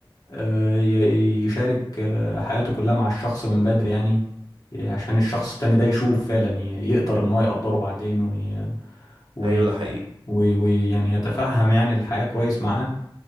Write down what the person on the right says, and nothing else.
ايوه ده حقيقي